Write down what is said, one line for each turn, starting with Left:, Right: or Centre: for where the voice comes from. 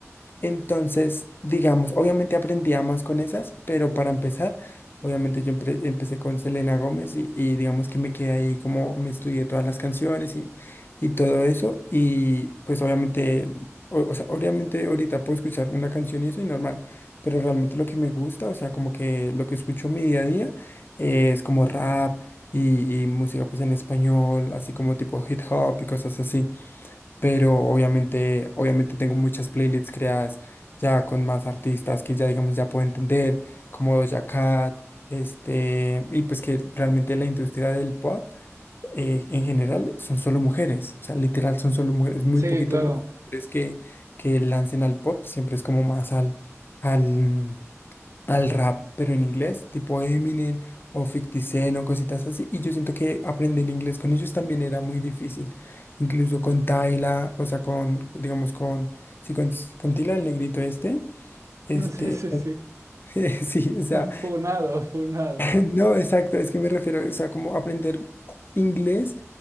Left: Entonces, digamos, obviamente aprendía más con esas, pero para empezar, obviamente yo empe- empecé con Selena Gómez y, y digamos que me quedé ahí como me estudié todas las canciones y, y todo eso. Y pues obviamente, o, o sea, obviamente ahorita puedo escuchar una canción y eso y normal, pero realmente lo que me gusta, o sea, como que lo que escucho en mi día a día eh, es como rap y, y música pues en español, así como tipo hip hop y cosas así pero obviamente, obviamente tengo muchas playlists creadas ya con más artistas que ya, digamos, ya puedo entender, como Doja Cat, este, y pues que realmente la industria del pop eh, en general son solo mujeres, o sea, literal son solo mujeres, muy
Right: Sí,
Left: poquitos
Right: claro.
Left: los hombres que, que lancen al pop, siempre es como más al, al, al rap, pero en inglés, tipo Eminem o 50 Cent o cositas así. Y yo siento que aprender inglés con ellos también era muy difícil. Incluso con Tyla, o sea, con, digamos, con, sí, con, con Tyla, el negrito este, este,
Right: <laughs> Sí, sí, sí.
Left: <laughs> sí, o sea,
Right: <laughs> Funado, funado.
Left: <laughs> no, exacto, es que me refiero, o sea, como aprender inglés